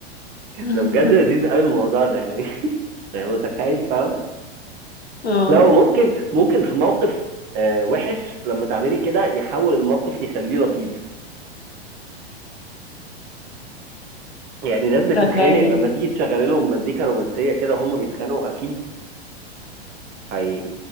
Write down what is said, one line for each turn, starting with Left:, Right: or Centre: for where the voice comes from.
Left: <laughs>
Right: ده بجد لذيذ قوي الموضوع ده يعني <laughs> يعني متخيل فاهم
Left: اه
Right: لو ممكن ممكن في موقف آه، وحش لما تعملي كده يحول الموقف يخليه لطيف يعني ناس بتتخانق
Left: تخيل
Right: لما تيجي تشغل لهم مزيكا رومانسية كده هم بيتخانقوا أكيد هي